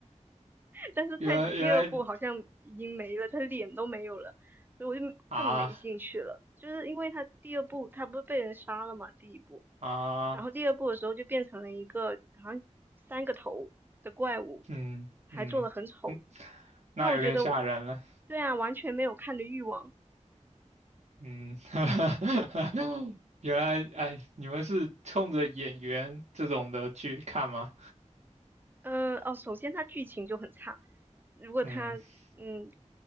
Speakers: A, on the right; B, on the right.
A: 但是太子第二部好像已经没了，
B: 原来原来你
A: 他脸都没有了，所以我就更没兴趣了。
B: 啊
A: 就是因为他第二部他不是被人杀了嘛，第一部，
B: 啊，
A: 然后第二部的时候就变成了一个好像三个头的怪物，
B: 嗯嗯嗯，
A: 还做的很丑。
B: 那有点吓人了，
A: 那我觉得，对啊，完全没有看的欲望。
B: 嗯，<laughs> 原来哎，你们是冲着演员这种的去看吗？
A: 嗯、呃哦，首先它剧情就很差，如果它嗯，
B: 嗯